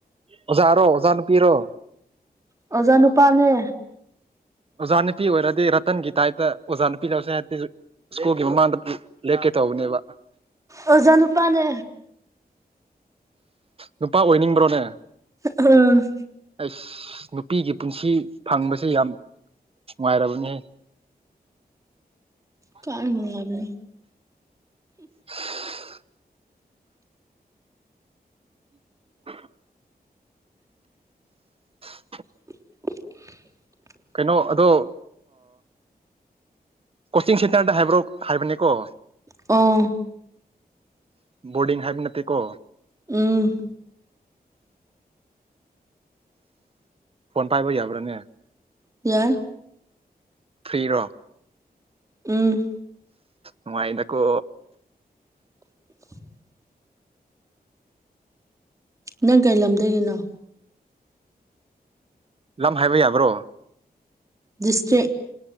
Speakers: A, on the right (about 35°); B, on the right (about 20°).
A: ꯑꯣꯖꯥ ꯔꯣ ꯑꯣꯖꯥ ꯅꯨꯄꯤ ꯔꯣ
B: ꯑꯣꯖꯥ ꯅꯨꯄꯥꯅꯦ
A: ꯑꯣꯖꯥ ꯅꯨꯄꯤ ꯑꯣꯏꯔꯗꯤ ꯔꯇꯟꯒꯤ ꯇꯥꯏꯞꯇ ꯑꯣꯖꯥ ꯅꯨꯄꯤ ꯂꯧꯁ ꯍꯥꯏ ꯁ꯭ꯀꯨꯜꯒꯤ ꯃꯃꯥꯡꯗ ꯂꯦꯦꯛꯀꯦ ꯇꯧꯕꯅꯦꯕ
B: ꯑꯣꯖꯥꯅꯨ ꯄꯅꯦ
A: ꯅꯨꯄꯥ ꯑꯣꯏꯅꯤꯡꯕ꯭ꯔꯣꯅꯦ
B: ꯎꯝ
A: ꯑꯩꯁ ꯅꯨꯄꯤꯒꯤ ꯄꯨꯟꯁꯤ ꯐꯪꯕꯁꯦ ꯌꯥꯝ ꯅꯨꯡꯉꯥꯏꯔꯕꯅꯤꯍ
B: ꯀꯥꯏꯅꯅꯨꯡ ꯂꯒꯦ
A: <unintelligible> ꯍ ꯎ
B: <unintelligible>
A: ꯀꯩꯅꯣ ꯑꯗꯣ ꯀꯣꯆꯤꯡ ꯁꯦꯟꯇꯔꯗ ꯍꯥꯏꯕ꯭ꯔꯣ ꯍꯥꯏꯕꯅꯦꯀꯣ
B: ꯑ
A: ꯕꯣꯔꯗꯤꯡ ꯍꯥꯏꯕ ꯅꯠꯇꯦꯀꯣ
B: ꯎꯝ
A: ꯐꯣꯟ ꯄꯥꯏꯕ ꯌꯥꯕ꯭ꯔꯥꯅꯦ
B: ꯌꯥꯏ
A: ꯐ꯭ꯔꯤꯔꯣ
B: ꯎꯝ
A: ꯎ ꯏꯗꯀꯣ
B: <inaudible> ꯅꯪ ꯀꯩꯂꯝꯗꯒꯤꯅꯣ
A: ꯂꯝ ꯍꯥꯏꯕ ꯌꯥꯕ꯭ꯔꯣ
B: ꯤꯁꯇ